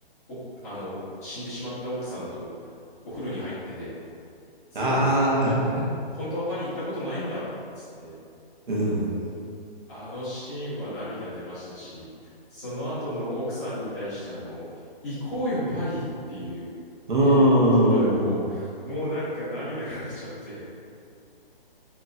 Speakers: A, on the left (about 15°); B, on the right (about 55°).
A: お、あの、死んでしまった奥さんとお風呂に入ってて、それで、
B: ああ、
A: ほん、本当はパリ行ったことないんだっつって、
B: うん、
A: あのシーンは涙出ましたし、その後の奥さんに対して、あの、行こうよパリっていう、
B: うーん
A: あの言葉でもう、もうなんか涙が出ちゃって、